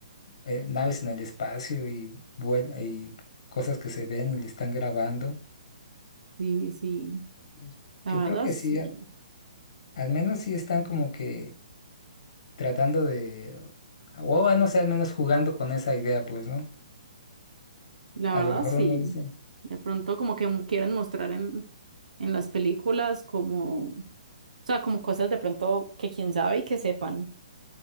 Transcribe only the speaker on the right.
Sí, sí,
la
verdad
sí,
la
verdad
sí.
De pronto como que m- quieren mostrar en, en las películas como, o sea, como cosas de pronto que quién sabe y que sepan.